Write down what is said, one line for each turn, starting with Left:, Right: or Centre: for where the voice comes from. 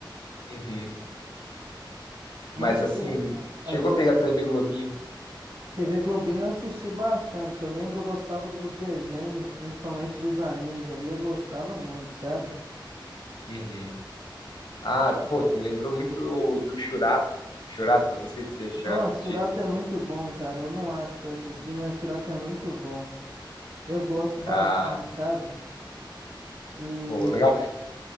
Left: uhum.
Right: Mas
Left: Mas assim,
Right: pouco,
Left: chegou
Right: assim.
Left: a pegar TV Globinho?
Right: TV Globinho eu assisti bastante. Eu lembro, eu gostava dos desenhos, principalmente dos animes ali, eu gostava muito, sabe?
Left: Uhum. Ah, pô, tu me lembrou muito do, do Churato. Churato, não sei se você chegou
Right: Nossa,
Left: a assistir.
Right: Churato é muito bom, cara. Eu não acho pra assistir, mas Churato é muito bom. Eu gosto bastante,
Left: Ah,
Right: sabe? E
Left: pô, legal.